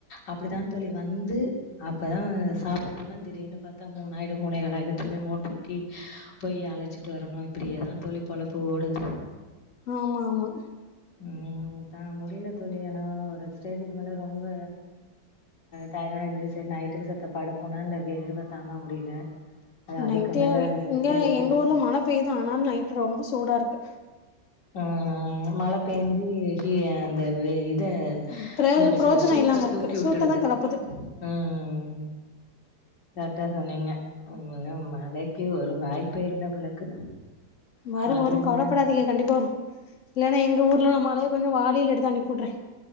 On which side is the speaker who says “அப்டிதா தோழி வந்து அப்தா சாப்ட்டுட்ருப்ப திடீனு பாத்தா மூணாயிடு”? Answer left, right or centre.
Left